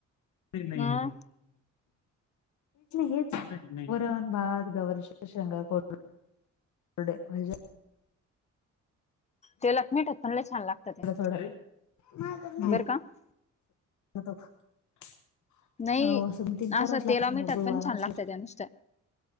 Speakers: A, on the left; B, on the left.
A: <unintelligible> पैष् नाही
B: हं
A: हेच, <inaudible> वरण, भात, गवारीश शेंगा, कोलप वड्, भाज्या
B: तेलात मिठात पण लई छान लागत्या त्या
A: <inaudible>
B: बरं का?
A: आता भा स्च
B: नाही
A: हाव असन तेन करावंच
B: असं
A: लागतं
B: तेला मिठात
A: ना गुरवार
B: पण छान
A: अस
B: लागत त्या नुसत्या